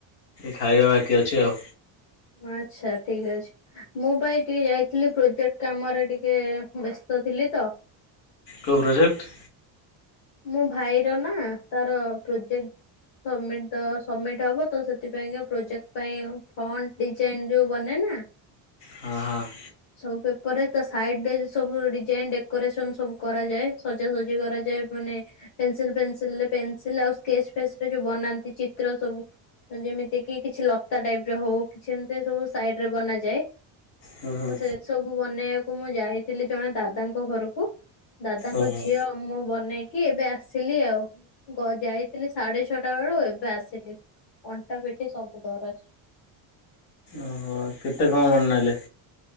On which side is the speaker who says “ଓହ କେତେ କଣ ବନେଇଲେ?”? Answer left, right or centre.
Left